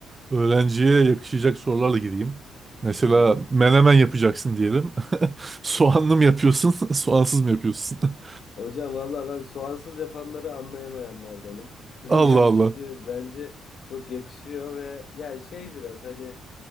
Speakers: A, on the right (about 25°); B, on the left (about 60°).
A: öğrenciye yakışacak sorularla gireyim. Mesela
B: Tamam.
A: menemen yapacaksın diyelim. <laughs> Soğanlı mı yapıyorsun, <laughs> soğansız mı yapıyorsun? <laughs>
B: Hocam valla ben soğansız yapanları anlayamayanlardanım. <laughs>
A: Allah
B: Yani
A: Allah.
B: çünkü bence çok yakışıyor ve ya şey biraz hani